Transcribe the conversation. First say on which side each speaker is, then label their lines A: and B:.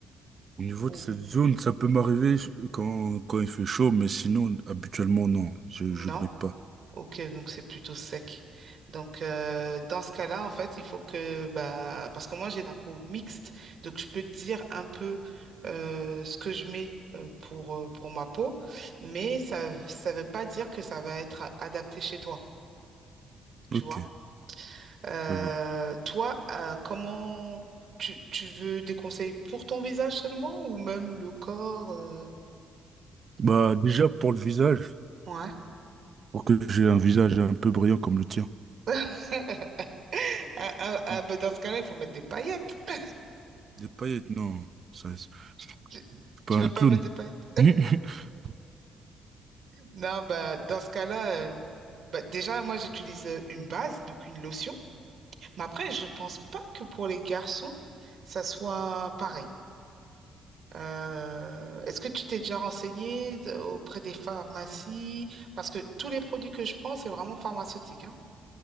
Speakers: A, on the right; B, on the right.
A: Au niveau de
B: Ou
A: cette zone,
B: non?
A: ça peut m'arriver ch- quand, quand il fait chaud, mais sinon, habituellement, non, je,
B: Non.
A: je brille pas.
B: Ok, donc c'est plutôt sec. Donc euh, dans ce cas-là, en fait, il faut que bah parce que moi j'ai la peau mixte, donc je peux te dire un peu euh, ce que je mets euh, pour euh, pour ma peau, mais ça ça veut pas dire que ça va être adapté chez toi, tu
A: Ok,
B: vois. Euh,
A: je vois.
B: toi, euh, comment tu tu veux des conseils pour ton visage seulement ou même le corps euh,
A: Bah, déjà pour le visage,
B: Ouais.
A: pour que j'ai un visage un peu brillant comme le tien.
B: <laughs> Ah, ah, ah,
A: <laughs>
B: bah, dans ce cas-là, il faut mettre des paillettes. <laughs>
A: Des paillettes, non, ça, c'est-
B: Tu
A: je suis pas
B: tu veux
A: un
B: pas
A: clown.
B: mettre des paillettes?
A: <laughs>
B: Non, bah, dans ce cas-là, euh, bah, déjà, moi, j'utilise euh, une base, donc une lotion. Mais après, je pense pas que pour les garçons, ça soit pareil. Euh, est-ce que tu t'es déjà renseigné d- auprès des pharmacies? Parce que tous les produits que je prends, c'est vraiment pharmaceutique, hein.